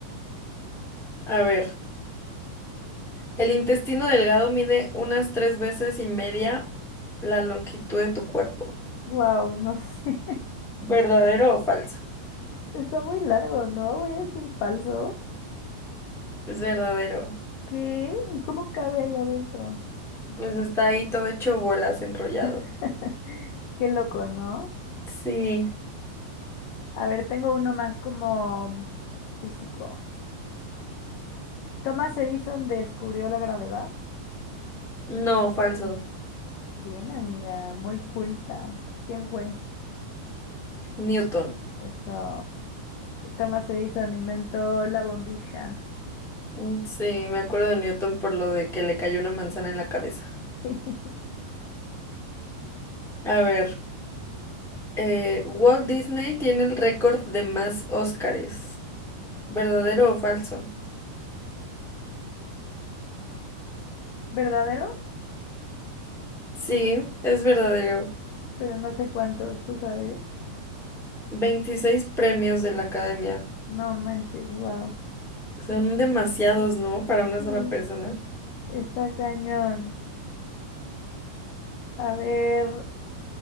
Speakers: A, in the centre; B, on the left.
A: A ver, el intestino delgado mide unas tres veces y media la longitud de tu cuerpo.
B: <laughs> wow, no sé.
A: ¿Verdadero o falso?
B: <laughs> Está muy largo, ¿no? Voy a decir falso.
A: Es verdadero.
B: ¿Qué? ¿Y cómo cabe ahí adentro?
A: Pues está ahí todo hecho bolas, enrollado.
B: <laughs> Qué loco, ¿no?
A: Sí,
B: A ver, tengo uno más como físico. Thomas Edison descubrió la gravedad.
A: no, falso.
B: Bien, amiga, muy culta. ¿Quién fue?
A: Newton.
B: Eso. Thomas Edison inventó la bombilla.
A: Mm, Sí, me acuerdo de Newton por lo de que le cayó una manzana en la cabeza.
B: <laughs>
A: A ver, eh, Walt Disney tiene el récord de más Óscares. ¿Verdadero o falso?
B: ¿Verdadero?
A: Sí, es verdadero.
B: Pero no sé cuántos, tú sabes.
A: 26 premios de la academia.
B: No manches, wow.
A: Son demasiados, ¿no? Para una
B: Sí,
A: sola persona.
B: está cañón. A ver,